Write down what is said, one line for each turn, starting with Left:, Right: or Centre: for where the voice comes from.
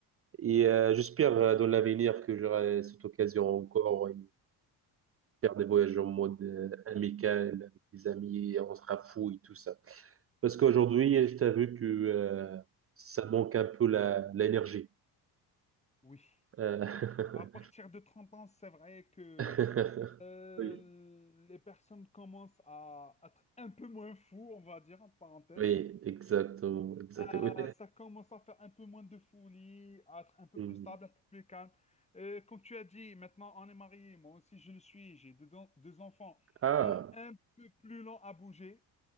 Right: Et euh, j'espère euh, dans l'avenir que j'aurai cette occasion encore faire des voyages en mode euh, amical avec des amis, on se rafouille, tout ça. Parce qu'aujourd'hui, je t'avoue que euh, ça manque un peu la, l'énergie.
Left: Oui,
Right: Euh,
Left: oui. À partir de 30 ans, c'est vrai que
Right: <laughs>
Left: euh,
Right: Oui.
Left: les personnes commencent à être un peu moins fous, on va dire, en parenthèse.
Right: Oui, exactement, exactement.
Left: Ah,
Right: Oui.
Left: ça commence à faire un peu moins de folie, à être un peu
Right: Hmm.
Left: plus stable, un peu plus calme. Euh, comme tu as dit, maintenant on est marié, moi aussi je le suis, j'ai deux, deux enfants.
Right: Ah,
Left: On est un peu plus lent à bouger.